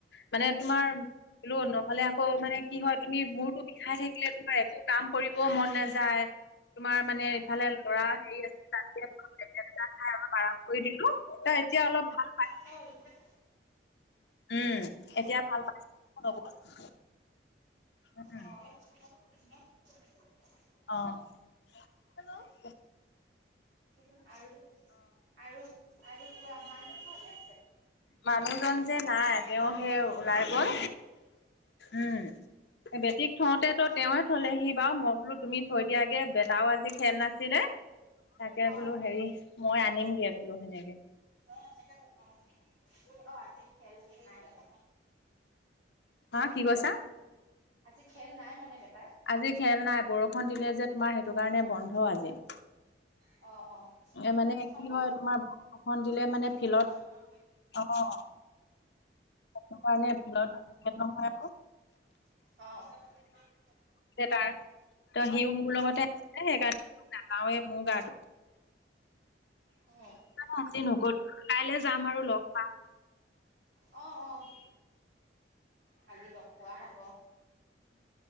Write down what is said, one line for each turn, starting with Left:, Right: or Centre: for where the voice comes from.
Left: মানে তোমাৰ শুলো নহ'লে আকৌ মানে কি হয়, তুমি মূৰটো বিষাই থাকিলে তোমাৰ একো কাম কৰিব একো মন নেযায়। তোমাৰ
Right: উম
Left: মানে ইফালে ল'ৰা হেৰি আছে তাতে টেবলেট এটা খাই অলপ আৰাম কৰি দিলোঁ। ত এতিয়া অলপ ভাল পাইছোঁ।
Right: হয়', এতিয়া
Left: উম' এতিয়া ভাল পাইছ ন? বহুত, <unintelligible> উম', উম'
Right: অ', <inaudible>
Left: অ', হেল্ল'
Right: আৰু, আৰু, আৰু কোৱা? মানুহজন ঘৰতে আছে।
Left: মানুহজন যে নাই, তেওঁ সেই ওলাই
Right: অ',
Left: গ'ল। উম' বেটীক থওঁতে টো
Right: অ
Left: তেওঁয়ে থলেহি বাৰু, মই বোলো তুমি থৈ দিয়াগে, বেটাও আজি খেল নাই। কি নাই? তাকে
Right: অ
Left: বোলো হেৰি, মই আনিমগে বোলো সেনেকে।
Right: অ', এনেকে ভাবিলোঁ। অ' আজি খেল নাই মানে।
Left: হা কি কৈছা?
Right: আজি খেল নাই মানে বেটাৰ?
Left: আজি খেল নাই, বৰষুণ দিলে যে তোমাৰ সেইটো কাৰণে বন্ধ আজি।
Right: অ', অ'
Left: এ মানে,
Right: অ',
Left: কি
Right: বৰষুণ
Left: হয় তোমাৰ বৰষুণ দিলে মানে
Right: অ', অ',
Left: ফিল্ডত আহ সেইটো কাৰণে ফিল্ডত খেল নহয় আকৌ,
Right: অহ',
Left: তে তাৰ, ত সিও মোৰ লগতে আছে, সেইকাৰণে নযাওঁৱে মোৰ গাটো
Right: উম,
Left: আজি নগলো কাইলৈ যাম আৰু লগ পাম।
Right: অ', অ' কালি লগ পোৱা হ'ব।